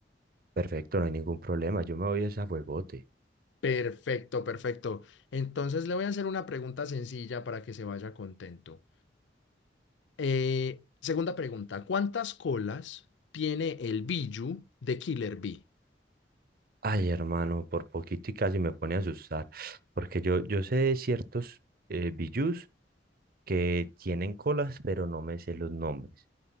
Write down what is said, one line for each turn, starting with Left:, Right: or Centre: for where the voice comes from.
Right: perfecto, no hay ningún problema. Yo me voy a ese juegote.
Left: Perfecto, perfecto. Entonces le voy a hacer una pregunta sencilla para que se vaya contento. Eh, segunda pregunta, ¿cuántas colas tiene el Biju de Killer Bee?
Right: Ay, hermano, por poquito y casi me pone a asustar, porque yo, yo sé de ciertos eh, bijus que tienen colas, pero no me sé los nombres.